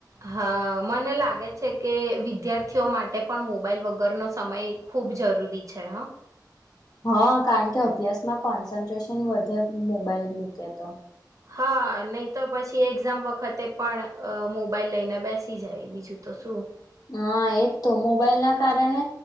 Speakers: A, on the right; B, on the left.
A: હા મને લાગે છે કે વિદ્યાર્થીઓ માટે પણ મોબાઈલ વગરનો સમય ખૂબ જરૂરી છે હા.
B: હા કારણ કે અભ્યાસમાં કોન્સન્ટ્રેશન વધે મોબાઈલ મૂકે તો.
A: હા નહી તો પછી એક્ઝામ વખતે પણ મોબાઈલ લઈને બેસી જાય બીજું તો શું.
B: હા એજ તો મોબાઈલ ના કારણે,